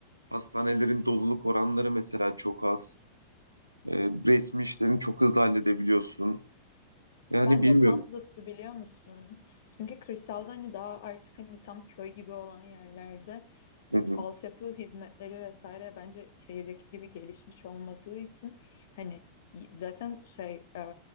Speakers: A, on the right; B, on the left.
A: hastanelerin doluluk oranları mesela çok az. E, resmi işlerini çok hızlı halledebiliyorsun. Yani
B: Bence
A: bilmiyorum.
B: tam zıttı biliyor musun? Çünkü kırsalda hani daha artık hani tam köy gibi olan yerlerde
A: Hı
B: e,
A: hı,
B: altyapı hizmetleri vesaire bence şehirdeki gibi gelişmiş olmadığı için hani y- zaten şey e,